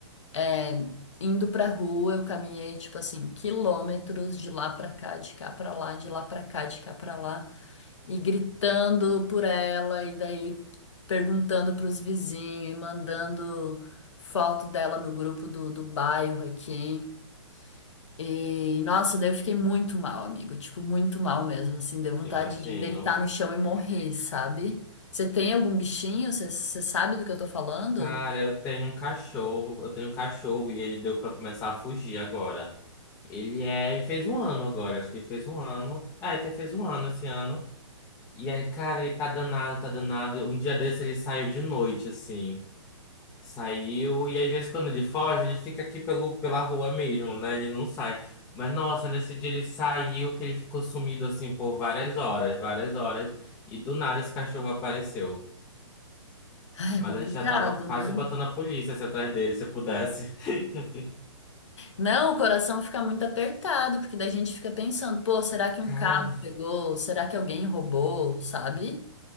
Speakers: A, on the left; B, on the left.
A: é, indo pra rua. Eu caminhei, tipo assim, quilômetros de lá pra cá, de cá pra lá, de lá pra cá, de cá pra lá, e gritando por ela, e daí perguntando pros vizinhos, e mandando foto dela no grupo do, do bairro aqui. E, nossa, daí eu fiquei muito mal, amigo. Tipo, muito mal mesmo, assim. Deu vontade
B: Imagino.
A: de deitar no chão e morrer, sabe? Você tem algum bichinho? Você você sabe do que eu tô falando?
B: Cara, eu tenho um cachorro, eu tenho um cachorro e ele deu pra começar a fugir agora. Ele é, ele fez um ano agora, acho que ele fez um ano. É, até fez um ano esse ano. E aí, cara, ele tá danado, tá danado. Um dia desse ele saiu de noite, assim. Saiu, e às vezes quando ele foge, ele fica aqui pelo, pela rua mesmo, né? Ele não sai. Mas nossa, nesse dia ele saiu, que ele ficou sumido assim por várias horas, várias horas. E do nada esse cachorro apareceu.
A: Ai,
B: Mas
A: é complicado,
B: a gente já tava quase
A: né?
B: botando a polícia assim, atrás dele, se pudesse. <laughs>
A: Não, o coração fica muito apertado, porque daí a gente fica pensando, pô, será que um
B: Cara,
A: carro pegou? Será que alguém roubou, sabe?